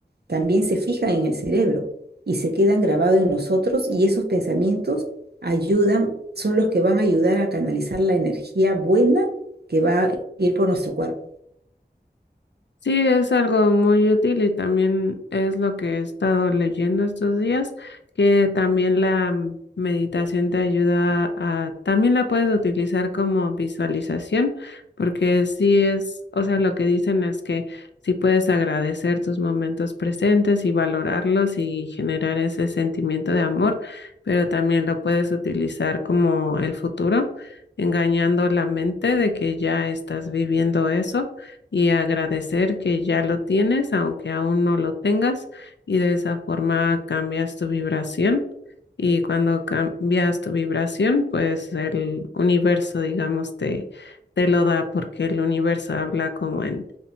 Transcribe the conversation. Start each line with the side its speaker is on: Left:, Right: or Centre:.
Right: también se fijan en el cerebro y se quedan grabados en nosotros y esos pensamientos ayudan, son los que van a ayudar a canalizar la energía buena que va a ir por nuestro cuerpo.
Left: Sí, es algo muy útil y también es lo que he estado leyendo estos días, que también la mm, meditación te ayuda a, también la puedes utilizar como visualización, porque sí es, o sea, lo que dicen es que sí puedes agradecer tus momentos presentes y valorarlos y generar ese sentimiento de amor, pero también lo puedes utilizar como el futuro, engañando la mente de que ya estás viviendo eso y agradecer que ya lo tienes, aunque aún no lo tengas, y de esa forma cambias tu vibración. Y cuando cambias tu vibración, pues el universo, digamos, te, te lo da porque el universo habla como en,